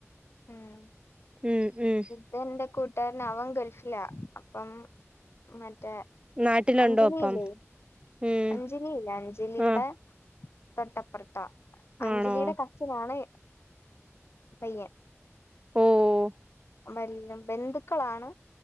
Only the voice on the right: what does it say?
ഉം ഉം.
നാട്ടിലുണ്ടോ
അപ്പം ഉം
ആഹ്
ആണോ
ഓഹ്.